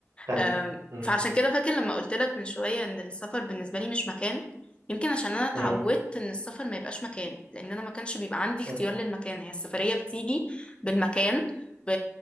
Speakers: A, on the right; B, on the left.
A: حلو
B: آم،
A: مم.
B: فعشان كده فاكر لما قلت لك من شوية ان السفر بالنسبة لي مش مكان يمكن عشان انا اتعودت
A: مم.
B: ان السفر ما يبقاش مكان لان انا ما كانش بيبقى عندي اختيار
A: مم.
B: للمكان هي السفرية بتيجي بالمكان ب...